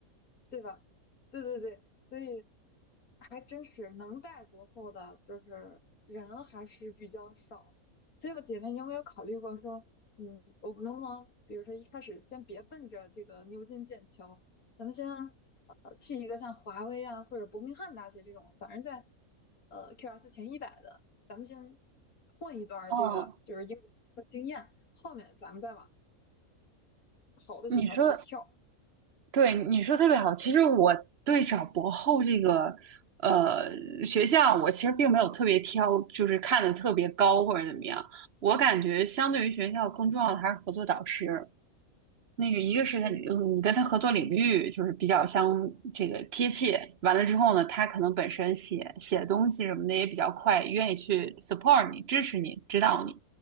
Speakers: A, on the left; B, on the right.
A: 对吧？对对对，所以还真是能带国货的，就是人还是比较少的所以我姐妹，你有没有考虑过说，嗯，我们能不能，比如说一开始先别奔着这个牛津、剑桥，咱们先呃去一个像华威啊或者伯明翰大学这种，反正在呃 QS 前一百的，咱们先混一段儿这个就是英国经验，
B: 嗯。
A: 后面咱们再往好的学校去跳。
B: 你说，对，你说特别好。其实我对找博后这个呃学校，我其实并没有特别挑，就是看的特别高或者怎么样。我感觉相对于学校更重要的还是合作导师。那个一个是他，
A: 嗯。
B: 嗯，你跟他合作领域就是比较相这个贴切，完了之后呢，他可能本身写写东西什么的也比较快，愿意去 support 你、支持你、指导你，